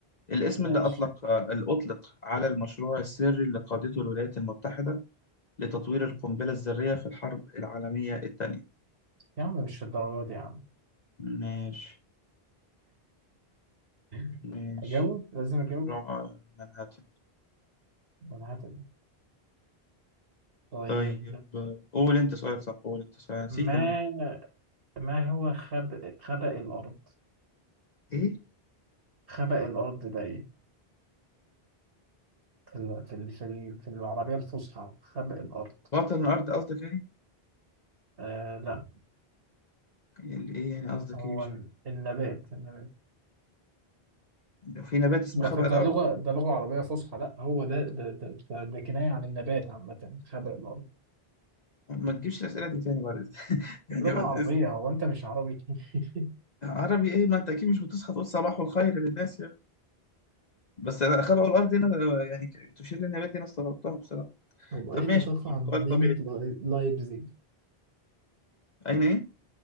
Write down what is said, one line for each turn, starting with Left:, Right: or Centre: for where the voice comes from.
Left: الاسم
Right: ماشي
Left: اللي أطلق آه، اللي أطلق على المشروع السري اللي قادته الولايات المتحدة لتطوير القنبلة الذرية في الحرب العالمية الثانية
Right: يا عم مش الدرجة دي يا عم
Left: ماشي
Right: <laughs>
Left: ماشي
Right: أجاوب لازم أجاوب
Left: مشروع آه، منهاتن
Right: وأنا هتم طيب
Left: طيب آه، قول أنت سؤال صح قول أنت سؤال نسيت
Right: ما
Left: أنا
Right: ما هو خب... خبأ الأرض
Left: إيه؟
Right: خبأ الأرض ده إيه في ال... في ال... في ال- في العربية الفصحى خبأ الأرض
Left: باطن الأرض قصدك يعني؟
Right: آه لا
Left: ال- إيه يعني قصدك
Right: هو
Left: إيه مش
Right: ال-
Left: فاهم.
Right: النبات النبات
Left: في نبات اسمه
Right: ده
Left: خبأ
Right: في ده
Left: الأرض
Right: لغة ده لغة عربية فصحى لا هو ده ده ده, ده, ده كناية عن النبات عامة خبق الأرض
Left: ما تجيبش الأسئلة دي تاني بعد إذن- <laughs> يعني
Right: لغة
Left: بعد
Right: عربية
Left: إذن
Right: هو أنت مش عربي <laughs>
Left: عربي إيه ما أنت أكيد مش هتصحى تقول صباح الخير للناس يعني بس أنا خلقوا الأرض هنا آه، يعني ك- تشير للنبات دي أنا استغربتها بصراحة
Right: طب أين
Left: طب ماشي
Right: تقع
Left: قول
Right: مدينة
Left: سؤال طبيعي
Right: لاي- لايبزيج؟
Left: أين إيه؟